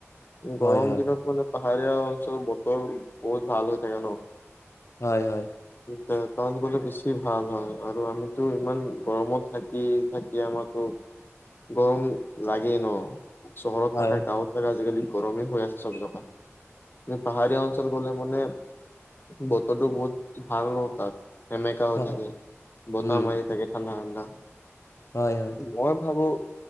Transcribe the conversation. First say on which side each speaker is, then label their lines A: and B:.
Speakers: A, on the left (about 70°); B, on the left (about 45°).
A: হয়
B: গৰম
A: হয়
B: দিনত মানে পাহাৰীয়া অঞ্চলত বতৰ বহুত ভাল হৈ থাকে ন?
A: হয়, হয়।
B: টাৱাং গ'লে বেছি ভাল হয়। আৰু আমি টো ইমান গৰমত থাকি-থাকি আমাৰতো গৰম লাগেই নহ? চহৰত
A: হয়
B: থকা গাঁৱত থকা আজিকালি গৰমেই হৈ আছে চব জেগাত। পাহাৰীয়া অঞ্চল গলে মানে বতৰটো বহুত ভাল নহ তাত? এনেকা হৈ
A: হয়
B: থাকে। বতাহ
A: উম
B: মাৰি থাকে ঠাণ্ডা-ঠাণ্ডা,
A: হয় হয়
B: মই ভাবোঁ